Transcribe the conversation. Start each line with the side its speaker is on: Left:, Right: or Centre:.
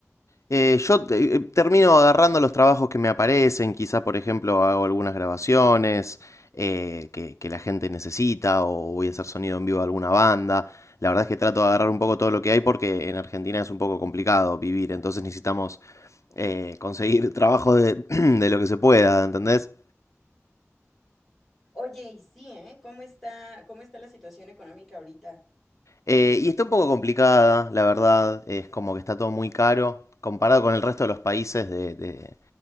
Left: Eh, yo te- eh, termino agarrando los trabajos que me aparecen, quizá por ejemplo hago algunas grabaciones eh, que, que la gente necesita o voy a hacer sonido en vivo a alguna banda. La verdad es que trato de agarrar un poco todo lo que hay porque en Argentina es un poco complicado vivir, entonces necesitamos eh, conseguir <laughs> trabajo de, <clears throat> de lo que se pueda, ¿entendés?
Centre: Oye, y sí, ¿eh? ¿Cómo está, cómo está la situación económica ahorita?
Left: Eh, y está un poco complicada, la verdad. Es como que está todo muy caro. Comparado con el resto de los países de, de-